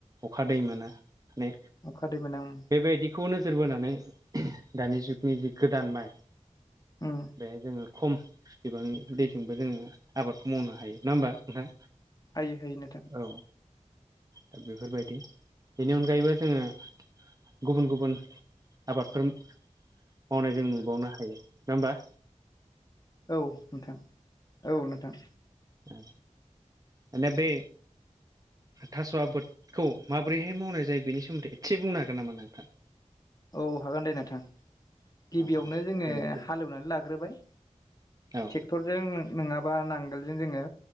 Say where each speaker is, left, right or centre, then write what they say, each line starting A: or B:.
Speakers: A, on the right; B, on the left.
A: अखा दै मोना ने।
B: अखा दै मोना ओं।
A: बेबायदिखौ नोजोर बोनानै दानि जुगनि जि गोदान माइ।
B: उम।
A: बेहाय जोङो खम बिबांनि दैजोंबो जोङो आबादखौ मावनो हायो नाहोमबा नोंथां?
B: हायो-हायो नोंथां।
A: औ दा बेफोरबायदि। बेनि अनगायैबो जोङो गुबुन-गुबुन आबादफोर मावनाय जों नुबावनो हायो नङा होमबा?
B: औ नोंथां औ नोंथां।
A: उम। माने बै थास' आबोदखौ माबोरैहाय मावनाय जायो बेनि सोमोन्दै एदसे बुंनो हागोन नामा नोंथां?
B: औ हागोन दे नोंथां। गिबियावनो
A: औ औ
B: जोङो
A: दिनैसो
B: हालेवनानै लाग्रोबाय।
A: औ
B: टेक्टरजों नोङाबा नांगोलजों जोङो